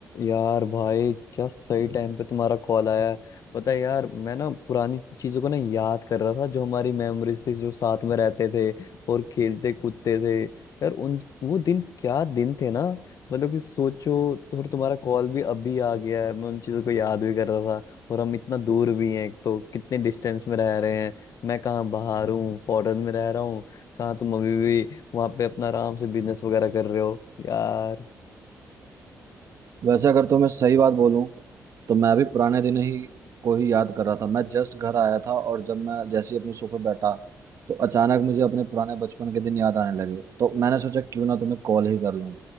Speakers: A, on the left; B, on the right.
A: यार भाई क्या सही टाइम पे तुम्हारा कॉल आया है पता है यार मैं ना पुरानी चीजों को ना याद कर रहा था जो हमारी मेमोरीज थी जो साथ में रहते थे और खेलते कूदते थे यार उन वो दिन क्या दिन थे ना मतलब कि सोचो तो और तुम्हारा कॉल भी अभी आ गया है मैं उन चीजों को याद भी कर रहा था और हम इतना दूर भी हैं एक तो कितने डिस्टेंस में रह रहे हैं मैं कहाँ बाहर हूँ फॉरेन में रह रहा हूँ कहाँ तुम अभी भी वहां पे अपना आराम से बिजनेस वगैरह कर रहे हो यार
B: वैसे अगर तुम्हें सही बात बोलूं तो मैं भी पुराने दिन ही को ही याद कर रहा था मैं जस्ट घर आया था और जब मैं जैसे ही अपने सोफे बैठा तो अचानक मुझे अपने पुराने बचपन के दिन याद आने लगे तो मैंने सोचा क्यों ना तुम्हें कॉल ही कर लूं